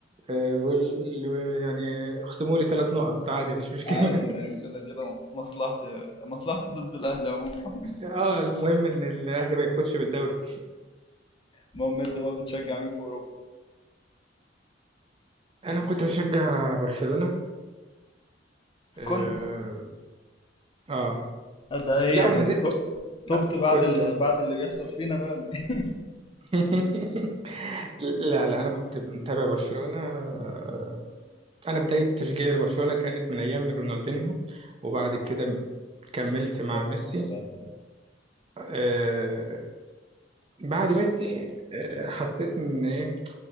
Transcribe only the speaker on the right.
آه، بيقول له يعني خصموا لي ثلاث نقط عادي مفيش مشكلة
<laughs>
اه المهم ان الاهلي ما يفوتش بالدوري
انا كنت بشجع برشلونة اه,
آه.
لا
وما زلت
لا،
كنت
<laughs> لا لا انا كنت متابع برشلونة آه، انا بداية تشجيعي لبرشلونة كانت من ايام رونالدينيو وبعد كده كملت مع
ميسي
آه، بعد ميسي آه، حسيت ان إيه،